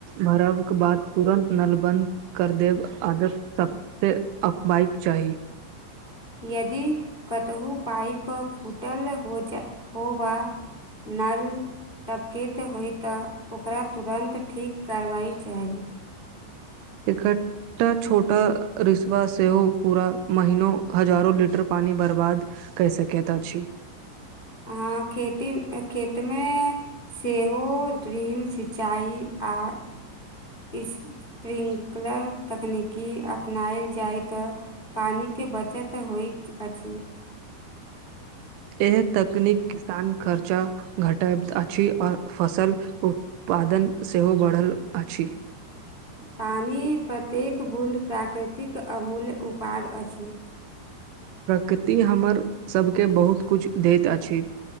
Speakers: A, on the right; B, on the left.
A: भरव के बाद तुरन्त नल बंद कर देब आदत सब से अफवइफ छथि
B: यदि कतहुँ पाइप फूटल होज होवा नल टपकैत होइ तऽ ओकरा तुरन्त ठीक कारवाइ चाही
A: एकठटा छोटा रिस्वा सेहो पूरा महनो हजारो लीटर पानी बर्बाद कऽ सकैत अछि
B: हँ खेती खेत मे सेहो ड्रीम सिंचाइ आ स्प्रिंकलर तकनीकी अपनायल जाय त पानी के बचत होइत अछि
A: एहे तकनीक किसान खर्चा घटब अछि आ फसल उत्पादन सेहो बढ़ल अछि
B: पानी प्रत्येक बूँद प्राकृतिक अमूल्य उपार अछि
A: प्रकृति हमर सब के बहुत कुछ दैत अछि